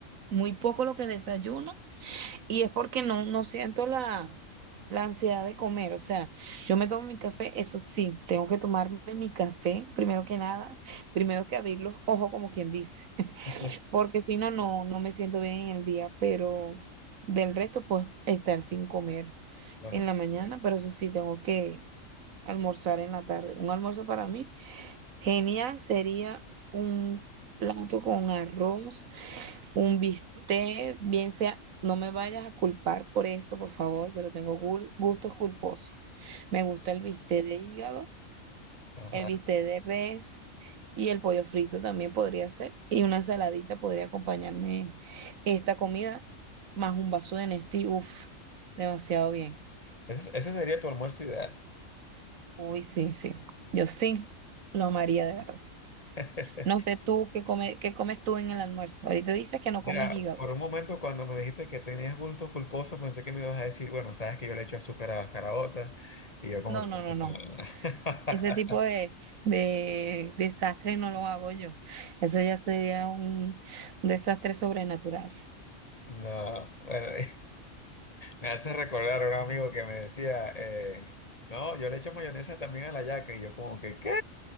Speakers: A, on the right; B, on the left.
A: Muy poco lo que desayuno y es porque no, no siento la, la ansiedad de comer. O sea, yo me tomo mi café, eso sí, tengo que tomarme mi café primero que nada, primero que abrir los ojos como quien dice, <laughs>
B: <laughs>
A: porque si no, no, no me siento bien en el día, pero del resto puedo estar sin comer
B: Bueno,
A: en la mañana, pero eso sí, tengo que almorzar en la tarde. Un almuerzo para mí. Genial sería un plato con arroz, un bistec, bien sea, no me vayas a culpar por esto, por favor, pero tengo gul- gustos culposos. Me gusta el bistec de hígado,
B: ajá.
A: el bistec de res y el pollo frito también podría ser. Y una saladita podría acompañarme esta comida, más un vaso de Nestí, uff, demasiado bien.
B: Ese, ese sería tu almuerzo ideal.
A: Uy, sí, sí, yo sí, lo amaría de verdad.
B: <laughs>
A: No sé tú qué come, qué comes tú en el almuerzo. Ahorita dices que no
B: Mira,
A: comes hígado.
B: por un momento cuando me dijiste que tenías gustos culposos, pensé que me ibas a decir, bueno, sabes que yo le echo azúcar a las caraotas, y yo como
A: No,
B: que...
A: no, no,
B: <laughs>
A: no. Ese tipo de, de desastre no lo hago yo. Eso ya sería un desastre sobrenatural.
B: No, bueno, <laughs> me hace recordar a un amigo que me decía, eh, no, yo le echo mayonesa también a la yaca, y yo como que, ¿qué?